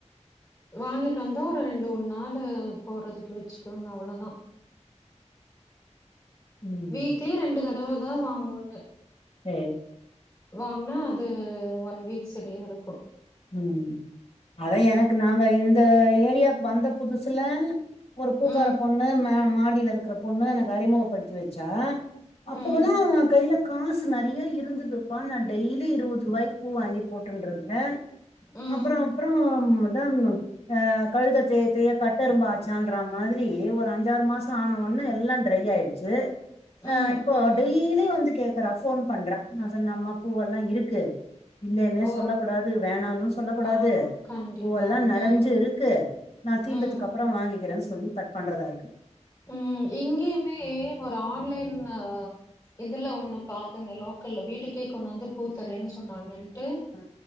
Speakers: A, on the left; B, on the left.
A: வாங்கிட்டு வந்தா ஒரு ரெண்டு மூண் நாளு போறதுக்கு வச்சுக்குவேங்க அவ்ளதா
B: ம்
A: வீக்லி ரெண்டு தடவ தா வாங்குவங்க
B: சேரி
A: வாங்னா அது ஒன் வீக் செரியாருக்கு
B: ம் அதா எனக்கு நாங்க இந்த ஏரியாக்கு வந்த புதுசுல ஒரு பூக்கார
A: ம்
B: பொண்ணு மே மாடில இருக்கற பொண்ணு எனக்கு அறிமுகப்படுத்தி வச்சா அப்போவெல்லா
A: ம்
B: கைல காசு நெறைய இருந்துதுப்பா நா டெய்லி இருவதுருவாய்க்கு பூ வாங்கி போட்டுன்ட்ருந் ந்தே
A: ம்
B: அப்றோ அப்றோ அதா ஆ கழுத தேய தேய கட்டெரும்பாச்சான்ற மாதிரி ஒரு அஞ்சாறு மாசோ ஆன ஒன்னே எல்லா ட்ரை ஆயி ச்சு ஆ
A: ம்
B: இப்போ
A: ம்
B: டெய்லி வந்து கேக்குறா ஃபோன் பண்றா நா சொன்னே அம்மா பூவெல்லா இருக்கு இல்லைன்னே
A: ஓ
B: சொல்ல கூடாது வேணானு சொல்லக் கூடாது
A: ஆ கண்டிப்பா
B: பூவெல்லா நெறஞ்சு
A: ம்
B: இருக்கு நா தீந்ததுக்கு
A: ம்
B: அப்றோ இன்னு வாங்கிக்கிறேன் சொல்லி கட் பண்றதாருக்கு
A: ம் இங்கியுமே ஒரு ஆன்லைன் ஆ இதுல ஒன்னு பாத்தங்க லோக்கல்ல வீட்டுக்கே கொண்டு வந்து பூ தரேன் சொன்னாங்க ட்டு
B: ஆ